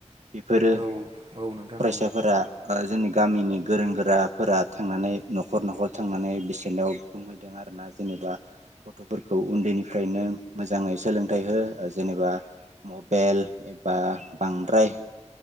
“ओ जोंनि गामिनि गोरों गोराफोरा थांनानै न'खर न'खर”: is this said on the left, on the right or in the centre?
Right